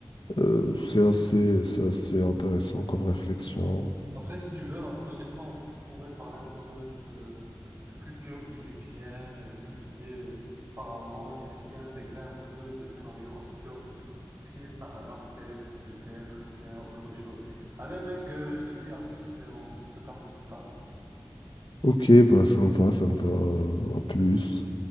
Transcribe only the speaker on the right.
Après, si tu veux, la prochaine fois, on pourrait parler un peu de, de culture égyptienne, euh, tout ce qui est euh, pharaon, et y intégrer un peu des scénarios absurdes, tout ce qui est Sa- Ramsès peut-être, ou bien autre chose. Allez, mec, euh, je te dis à plus et on se capte plus tard.